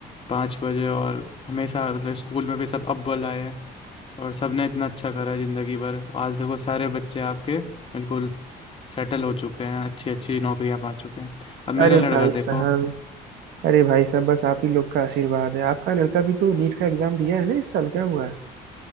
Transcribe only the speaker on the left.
पाँच बजे और हमेशा मतलब स्कूल में भी सब अव्वल आए हैं। और सबने इतना अच्छा करा जिंदगी भर आज देखो सारे बच्चे आपके बिल्कुल सेटल हो चुके हैं अच्छी अच्छी नौकरियां पा चुके हैं अब मेरा
लड़का
देखो